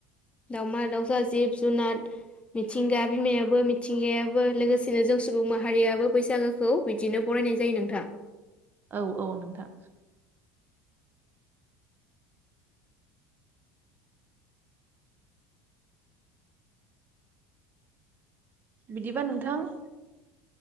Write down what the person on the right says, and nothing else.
औ- औ नोंथां बिदिबा नोंथां